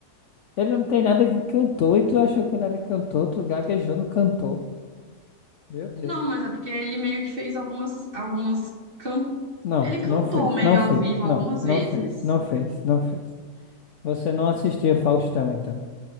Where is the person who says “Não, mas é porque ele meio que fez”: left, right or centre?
Right